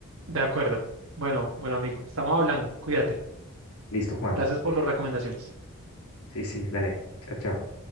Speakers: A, on the right; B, on the left.
A: De acuerdo. Bueno, bueno, amigo, estamos hablando. Cuídate.
B: Listo, Juan.
A: Gracias por las recomendaciones.
B: Sí, sí, dale. Chao, chao.